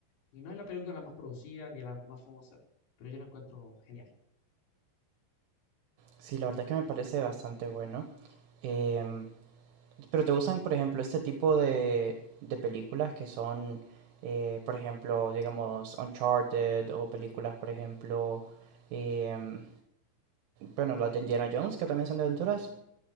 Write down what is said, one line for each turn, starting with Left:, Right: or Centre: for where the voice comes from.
Left: Y no es la película más producida ni la más famosa, pero yo la encuentro genial.
Right: Sí, la verdad que me parece bastante bueno. Em, pero ¿te gustan, por ejemplo, este tipo de, de películas que son, eh, por ejemplo, digamos, Uncharted o películas, por ejemplo, em, bueno, las de Indiana Jones, que también son de aventuras,